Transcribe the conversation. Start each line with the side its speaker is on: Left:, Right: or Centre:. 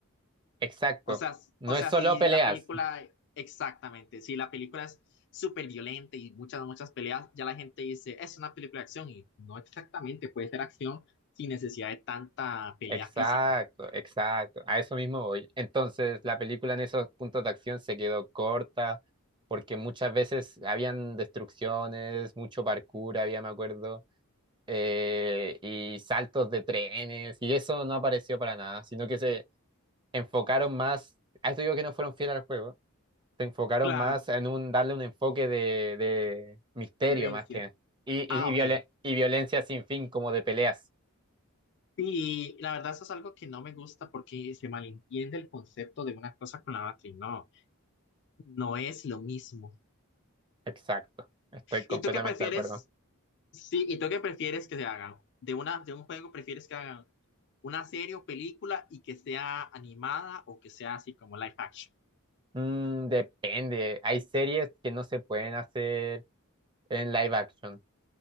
Right: Exacto.
Left: O sea, s-
Right: No
Left: o sea,
Right: es solo
Left: si
Right: peleas.
Left: la película, exactamente, si la película es súper violenta y muchas, muchas peleas, ya la gente dice, es una película de acción y no exactamente, puede ser acción sin necesidad de tanta pelea
Right: Exacto,
Left: física.
Right: exacto. A eso mismo voy. Entonces, la película en esos puntos de acción se quedó corta porque muchas veces habían destrucciones, mucho parkour, había, me acuerdo, eh, y saltos de trenes, y eso no apareció para nada, sino que se enfocaron más, a esto digo que no fueron fieles al juego, se enfocaron
Left: Claro,
Right: más en un darle un enfoque de, de misterio
Left: violencia.
Right: más que, y,
Left: Ah,
Right: y, y violen-
Left: ok.
Right: y violencia sin fin como de peleas.
Left: Y la verdad eso es algo que no me gusta porque se malentiende el concepto de una cosa con la otra y no, no es lo mismo.
Right: Exacto, estoy completamente
Left: ¿Y tú qué prefieres?
Right: de acuerdo.
Left: Sí, ¿y tú qué prefieres que se hagan? De una, de un juego prefieres que hagan una serie o película y que sea animada o que sea así como live action.
Right: Mm, depende. Hay series que no se pueden hacer en live action.